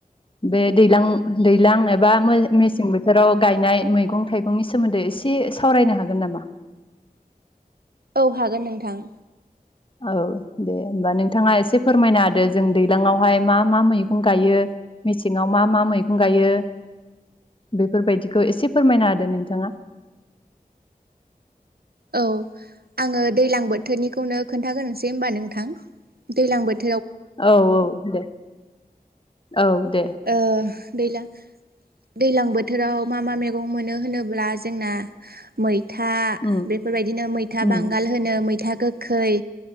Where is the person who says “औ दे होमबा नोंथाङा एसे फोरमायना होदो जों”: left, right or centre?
Left